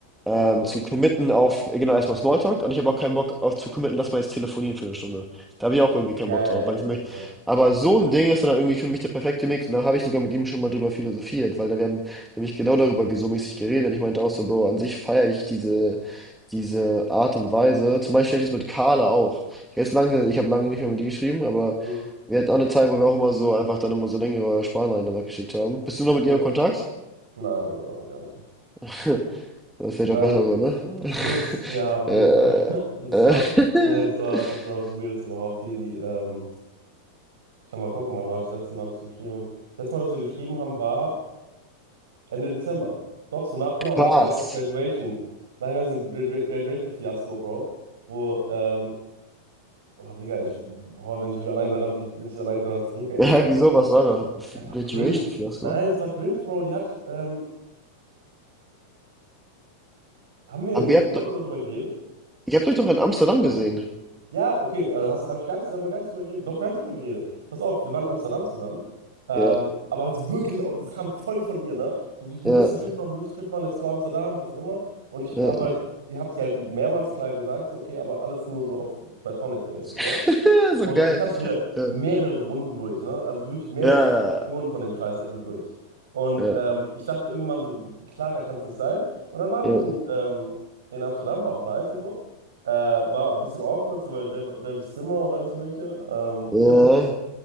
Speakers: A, in the centre; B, on the right.
A: ähm,
B: Smalltalk.
A: zu
B: ne?
A: committen auf, äh, genau, erstmal Smalltalk. Und ich habe auch keinen Bock auf zu committen, dass wir jetzt telefonieren für eine Stunde. Da habe ich auch irgendwie keinen
B: Ja,
A: Bock drauf,
B: ja,
A: weil
B: ja,
A: ich möchte.
B: ja, fair.
A: Aber so ein Ding ist dann halt irgendwie für mich der perfekte Mix. Und da habe ich sogar mit ihm schon mal drüber philosophiert, weil da wir haben nämlich genau darüber so mäßig geredet. Und ich meinte auch so, Bro, an sich feiere ich diese, diese Art und Weise. Zum Beispiel ich das mit Carla auch. Jetzt lange, ich habe lange nicht mehr mit ihr geschrieben, aber
B: Mhm.
A: wir hatten auch eine Zeit, wo wir auch immer so einfach dann immer so längere Sprachnachrichten geschickt haben. Bist du noch mit
B: Ja,
A: ihr im Kontakt?
B: nein, Bro, nein, gar nicht mehr.
A: <laughs> Das ist vielleicht
B: Nein,
A: auch besser
B: Digga.
A: so, ne?
B: Das,
A: <laughs>
B: ja, auf
A: äh,
B: jeden Fall. <laughs> Das
A: äh,
B: war's. Nee,
A: <laughs>
B: das war, das war das Weirdeste überhaupt hier, die, ähm, Ich kann mal gucken, wann war das letzte Mal, dass wir geschrieben haben. Das letzte Mal, dass wir geschrieben haben, war Ende Dezember. Doch, so nach, genau,
A: Spaß.
B: nach der ganzen Graduation, nach dem ganzen Gra- Graduation-Fiasko, Bro. Wo, ähm, oh Digga, ich, oh, wenn ich mich allein daran, ich, wenn ich allein daran zurückerinnere,
A: Ja,
B: ne?
A: wieso? Was war da? F-
B: Einfach
A: Graduation-Fiasko?
B: cringe. Nein, es war cringe, Bro. Die hat, ähm, haben wir
A: Aber
B: in
A: ihr habt,
B: London darüber geredet?
A: ihr habt euch doch in Amsterdam gesehen.
B: Ja, okay, also hast, hab ich gar nicht, haben wir gar nicht drüber geredet. Doch, wir haben drüber geredet. Pass auf, wir waren in Amsterdam zusammen. Ähm,
A: Ja,
B: aber halt so wirklich auf, das kam voll von ihr, ne? So wie, wir
A: ja,
B: müssen einen Trip machen, wir müssen einen Trip machen, let's go Amsterdam, was auch immer. Und ich,
A: ja.
B: aber ich habe sie halt mehrmals klar gesagt, so, okay, aber alles nur so auf Platonic Basis,
A: <laughs>
B: ne?
A: So
B: Und
A: geil.
B: das hatten wir
A: Ja,
B: mehrere Runden durch, ne? Also wirklich mehrere
A: ja,
B: Iterationen von dem Scheiß hatten wir durch. Und
A: ja,
B: ähm, ich dachte irgendwann so, klarer kann es nicht sein. Und dann waren
A: ja.
B: wir in, ähm, in Amsterdam, war auch nice und so. Äh, war ein bisschen awkward, so weil selber, selbes Zimmer und alles Mögliche. Ähm,
A: ja.
B: ich habe, <laughs>